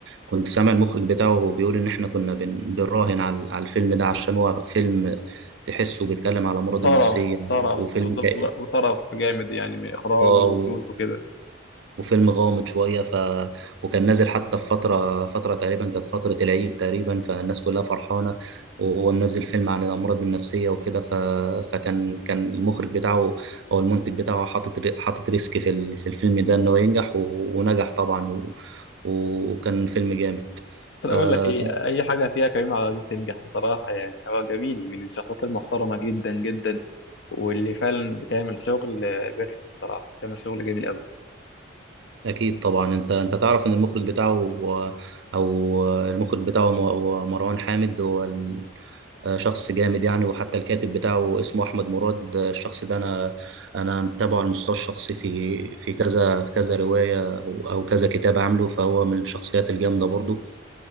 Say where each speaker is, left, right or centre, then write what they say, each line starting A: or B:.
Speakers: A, on the right; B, on the left.
A: كنت سامع المخرج بتاعه بيقول ان احنا كنا بن- بنراهن على على الفيلم ده عشان هو فيلم تحسه بيتكلم على مرض
B: صرف
A: النفسية
B: صرف
A: وفيلم
B: بالظبط
A: كئيب
B: بقى، وصرف جامد يعني من اخراج
A: اه
B: وفلوس وكده
A: وفيلم غامض شوية ف... وكان نازل حتى في فترة فترة تقريبا كانت فترة العيد تقريبا فالناس كلها فرحانة وهو منزل فيلم عن الأمراض النفسية وكده ف... فكان كان المخرج بتاعه أو المنتج بتاعه حاطط ري- حاطط ريسك في ال... في الفيلم ده إن هو ينجح و... ونجح طبعا و... وكان فيلم جامد
B: بس انا
A: آه،
B: اقول لك ايه اي حاجه فيها كريم عبد العزيز تنجح بصراحه يعني هو جميل من الشخصيات المحترمه جدا جدا واللي فعلا بتعمل شغل آه، بيرفكت بصراحه بتعمل شغل جميل قوي
A: اكيد طبعا انت انت تعرف ان المخرج بتاعه او المخرج بتاعه هو مروان حامد هو ال- آه، شخص جامد يعني وحتى الكاتب بتاعه اسمه احمد مراد الشخص ده انا انا متابعه على المستوى الشخصي في في كذا في كذا روايه او او كذا كتاب عامله فهو من الشخصيات الجامده برضو